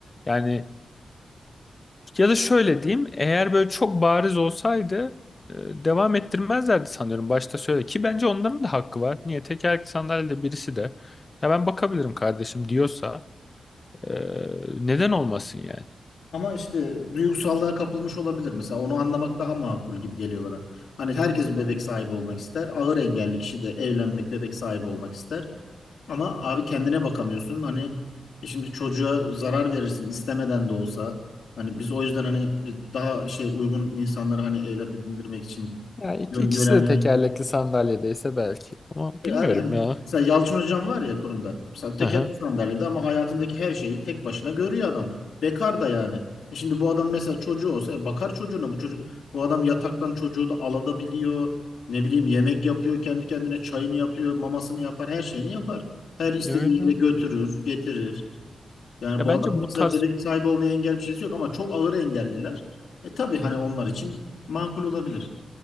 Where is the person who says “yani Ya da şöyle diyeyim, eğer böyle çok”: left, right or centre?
Left